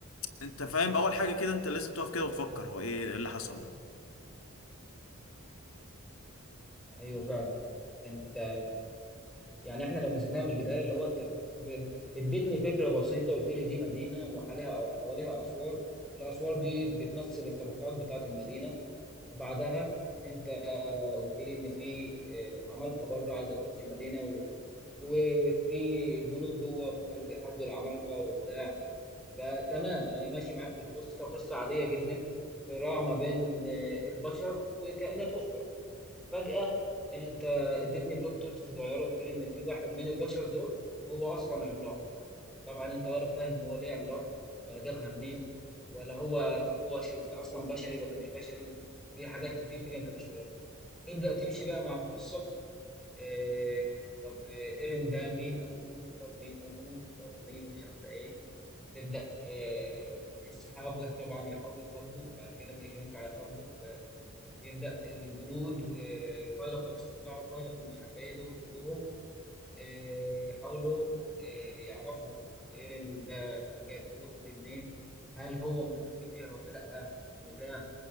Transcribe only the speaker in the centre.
ايوه فعلا انت يعني احنا لو مسكناها من البدايه اللي هو انت ب- اديتني فكره بسيطه قلت لي دي مدينه وحواليها حواليها اسوار الاسوار دي بتمثل الطبقات بتاعه المدينه وبعدها انت آه، قلت لي ان في آه، عمالقه بره عايزه تخش مدينه و... وفي جنود جوه هم اللي بيحاربوا العمالقه وبتاع فتمام انا ماشي معاك في القصه قصه عاديه جدا صراع ما بين آه، البشر وكائنات اخرى فجأة انت اديتني بلوت توست صغيره وقلت لي ان في واحد من البشر دول هو اصلا عملاق طبعا انت ولا فاهم هو ليه عملاق ولا جابها منين ولا هو طب هو شيء اصلا بشري ولا مش بشري في حاجات كتير كده انت مش فاهمها تبدأ تمشي بقى مع القصة إيه طب ايرين ده مين ابوه طب مين امه طب مين مش عارفه ايه تبدأ إيه صحابه طبعا يحاولوا يخبوا بعد كده مش هينفع يخبوا يبدأ الجنود وفيلق الاستطلاع وفيلق مش عارف ايه دول كلهم آه، يحاولوا آه، يعرفوا ايرين ده جايب قوته دي منين هل هو متحكم فيها ولا لأ بتاع